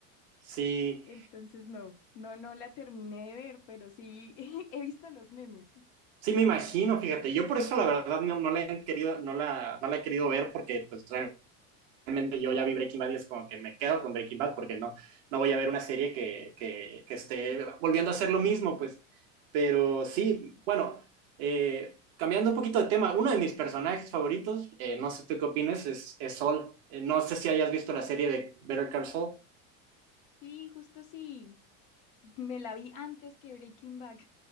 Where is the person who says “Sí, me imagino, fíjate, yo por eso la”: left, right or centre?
Right